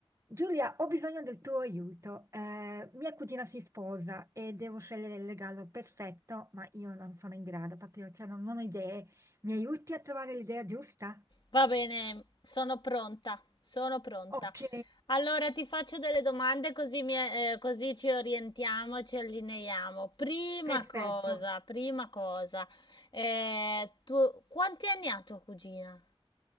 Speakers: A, on the right (about 30°); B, on the left (about 50°).
A: Giulia, ho bisogno del tuo aiuto. Eh, mia cugina si sposa e devo scegliere il regalo perfetto, ma io non sono in grado, proprio, cioè, non, non ho idee. Mi aiuti a trovare l'idea giusta?
B: Va bene, sono pronta, sono pronta.
A: Ok,
B: Allora ti faccio delle domande così, mi- eh, così ci orientiamo, ci allineiamo. Prima
A: perfetto.
B: cosa, prima cosa, eh, tu- quanti anni ha tua cugina?